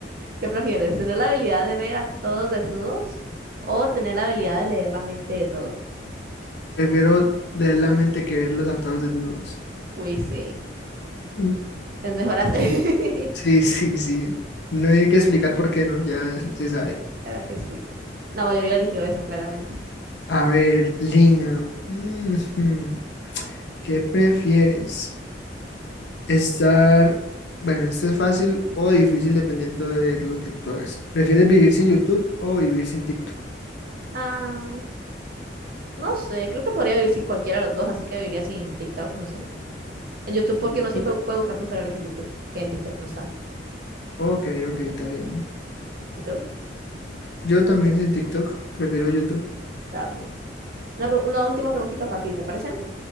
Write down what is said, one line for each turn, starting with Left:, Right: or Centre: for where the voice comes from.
Right: ¿Qué prefieres? ¿Tener la habilidad de ver a todos desnudos o tener la habilidad de leer la mente de todos?
Left: Prefiero leer la mente que verlos a todos desnudos.
Right: Uy, sí.
Left: Mm.
Right: Es mejor hacer. <laughs>
Left: Sí, sí, sí. No hay que explicar por qué, ¿no? Ya se sabe.
Right: Claro que sí. La mayoría eligió eso, claramente.
Left: A ver, Lina, ujú, ¿qué prefieres? Estar, bueno, esto es fácil o difícil dependiendo de lo que tú hagas. ¿Prefieres vivir sin YouTube o vivir sin TikTok?
Right: Ah, no sé, creo que podría vivir sin cualquiera de los dos, así que viviría sin TikTok, no sé. En YouTube,
Left: ¿Sin
Right: porque
Left: TikTok?
Right: uno siempre puede buscar tus reales en YouTube, que en TikTok no están.
Left: Ok, ok, está bien.
Right: ¿Y tú?
Left: Yo también sin TikTok, prefiero YouTube.
Right: Está bien. Una, pre- una última preguntita para ti, ¿te parece?